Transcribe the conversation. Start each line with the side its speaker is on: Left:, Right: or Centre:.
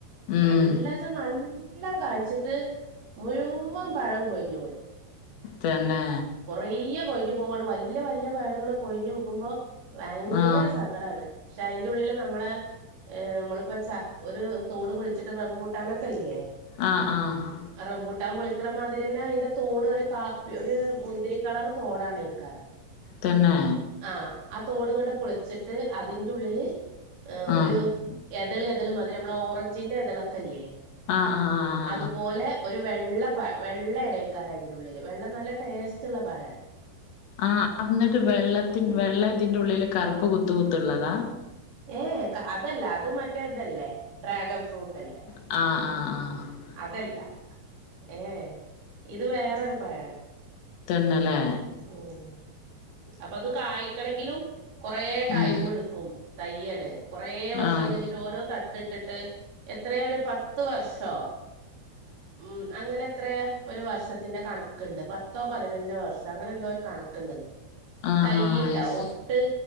Left: ഉം
Right: നല്ലച്ച നല്ലം കായ്ച്ചിട്ട് മുഴുവൻ പഴം കൊഴിഞ്ഞു പോയി.
Left: തന്നെ.
Right: കൊറേ കൊഴിഞ്ഞ് പോവാണ് വല്ല്യ വല്ല്യ പഴങ്ങള് കൊഴിഞ്ഞ് വികുമ്പോ ഭയങ്കര
Left: ആ
Right: സങ്കടാണ് പക്ഷെ അയിന്റെ ഉള്ളില് നമ്മളെ ഏ മ്മളിപ്പോ ച ഒരു തോട് പൊളിച്ചിട്ട് റമ്പൂട്ടാനൊക്കെല്ലേ
Left: ആഹ് ആഹ്
Right: റമ്പൂട്ടാൻ പൊളിക്കണ മാതിരിന്നെ അതിന്റെ തോട് ഒരു കാപ്പി ഒരു മുന്തിരി കളർ തോടാണെക്കാരം.
Left: തന്നെ.
Right: ആഹ് ആഹ് തോട്ങ്ങണ്ട് പൊളിച്ചിട്ട് അതിന്റെ ഉള്ളില് എ
Left: ആ
Right: ഒരു എതൾ എതൾ മാതിരി നമ്മളെ ഓറഞ്ചിന്റെ ഇതളൊക്കെല്ലേ
Left: ആഹ് ആഹ് ആഹ്
Right: അതുപോലെ ഒരു വെള്ള വെള്ളെണെകാരം അയിൻ്റെ ഉള്ളില് വെള്ളം നല്ല ടേസ് <unintelligible> റ്റുള്ള പഴാണ്.
Left: ആഹ് അന്നിട്ട് വെള്ളത്തി വെള്ള ഇതിന്റുള്ളില് കറുപ്പ് കുത്ത് കുത്തുള്ളതാ?
Right: ഏഹ് അതല്ല അത് മറ്റേതല്ലേ ഡ്രാഗൺ ഫ്രൂട്ട് അല്ലേ?
Left: ആഹ് ആഹ് ആഹ്.
Right: അതല്ല ഏഹ് ഇത് വേറൊരു പഴാണ്.
Left: തന്നല്ലെ?
Right: ഉം അപ്പൊ അത് കായ്ക്കണങ്കിലും കൊറേ ടൈം
Left: ഉം ഉം
Right: എടുക്കും തയ്യണ് കൊറേ വർഷം
Left: ആഹ്
Right: കയ്ഞ്ഞിട്ട് ഓരോ തട്ട് ഇട്ടിട്ട്. എത്രയ ഒരു പത്ത് വർഷോ? ഉം അങ്ങനെ എത്രയ ഒരു വർഷത്തിന്റെ കണക്ക്ണ്ട് പത്തോ പതിനഞ്ചോ വർഷ അങ്ങനെ എന്തോ ഒരു കണ <unintelligible>
Left: ആഹാ
Right: തയ്യിട്ടാ
Left: അയ്ശ്
Right: ഒട്ട്